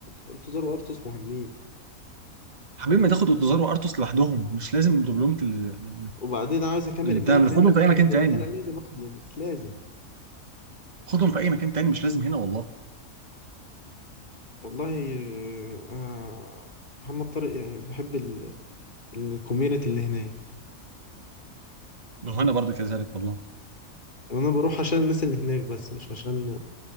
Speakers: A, on the left (about 35°); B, on the right (about 30°).
A: اوتوزار وارتوس مهمين
B: حبيبي ما تاخد اوتوزار وارتوس لوحدهم مش لازم دبلومة ال-
A: وبعدين عاوز اكمل
B: اللي
A: امبيدد
B: بتاع اللي
A: لينكس
B: خدهم في اي مكان
A: كمان لان
B: تاني
A: انا لازم اخد لينكس لازم
B: خدهم في اي مكان تاني مش لازم هنا والله
A: والله آه، انا محمد طارق يعني بحب الكوميونتي اللي هناك
B: ما هو انا برضه كذلك والله
A: انا بروح عشان الناس اللي هناك بس مش عشان